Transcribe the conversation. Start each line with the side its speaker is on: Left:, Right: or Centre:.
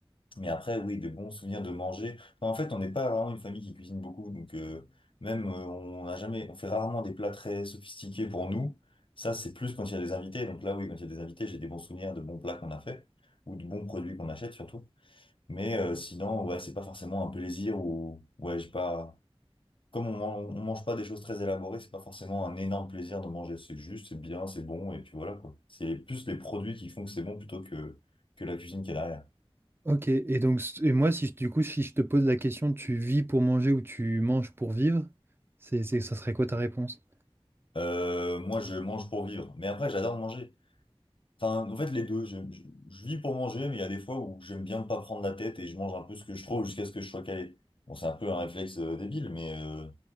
Left: Mais après, oui, des bons souvenirs de manger. Enfin, en fait, on n'est pas vraiment une famille qui cuisine beaucoup, donc euh, même euh, on n'a jamais, on fait rarement des plats très sophistiqués pour nous. Ça, c'est plus quand il y a des invités. Donc là, oui, quand il y a des invités, j'ai des bons souvenirs de bons plats qu'on a fait ou de bons produits qu'on achète surtout. Mais euh, sinon, ouais, c'est pas forcément un plaisir ou ouais, j'ai pas. Comme on, man- on mange pas des choses très élaborées, c'est pas forcément un énorme plaisir de manger. C'est juste, c'est bien, c'est bon, et puis voilà quoi. C'est plus les produits qui font que c'est bon plutôt que que la cuisine qui est derrière.
Right: Ok, et donc et moi si je- du coup si je te pose la question, tu vis pour manger ou tu manges pour vivre, c'est, c'est- ça serait quoi ta réponse?
Left: Euh, moi, je mange pour vivre. Mais après, j'adore manger. Enfin, en fait, les deux. Je, je- je vis pour manger, mais il y a des fois où j'aime bien ne pas prendre la tête et je mange un peu ce que je trouve jusqu'à ce que je sois calé. Bon, c'est un peu un réflexe euh, débile, mais euh,